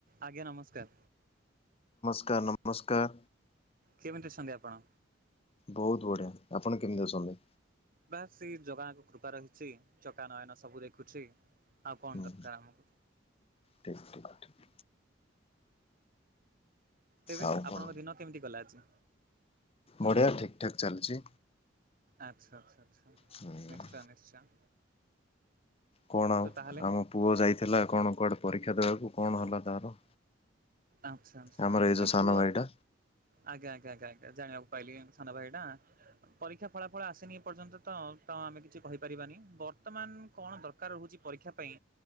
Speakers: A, on the right; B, on the left.
A: ଆଜ୍ଞା ନମସ୍କାର।
B: ସ୍କାର ନମସ୍କାର।
A: କେମିତି ଅଛନ୍ତି ଆପଣ?
B: ବହୁତ ବଢିଆ ଆପଣ କେମିତି ଅଛନ୍ତି?
A: ବା ସେ ଜଗାଣଙ୍କ କୃପା ରହିଛି ଚକା ନୟନ ସବୁ ଦେଖୁଛି। ଆଉ କଣ
B: ହୁଁ
A: ଦରକାର <inaudible>
B: ଠିକ ଠିକ ଠିକ
A: ତେବେ
B: ଆଉ
A: ଆପଣଙ୍କ
B: କଣ
A: ଦିନ କେମିତି ଗଲା ଆଜି
B: ବଢିଆ ଠିକ ଠାକ୍ ଚାଲିଛି।
A: ଆଛା ଆଛା।
B: ହୁଁ
A: ନିଶ୍ଚୟ ନିଶ୍ଚୟ
B: କଣ
A: ତ
B: ଆଉ
A: ତାହେଲେ
B: ଆମ ପୁଅ ଯାଇଥିଲା କଣ କୁଆଡେ ପରୀକ୍ଷା ଦେଖା ଦେବାକୁ କଣ ହେଲା ତାର?
A: ଆଛା ଆଛା
B: ଆମର ଏଇ ଯୋଉ ସାନ
A: ପୁଅ
B: ଭାଇଟା
A: ଆଜ୍ଞା ଆଜ୍ଞ ଜାଣିବାକୁ ପାଇଲି ସାନ ଭାଇ ଟା ପରୀକ୍ଷା ଫଳା ଫଳ ଆସନି ଏ ପର୍ଯ୍ୟନ୍ତ ତ ତ ଆମେ କିଛି କହିପାରିବାନି ବର୍ତ୍ତମାନ କଣ ଦରକାର ରହୁଛି ପରୀକ୍ଷା ପାଇଁ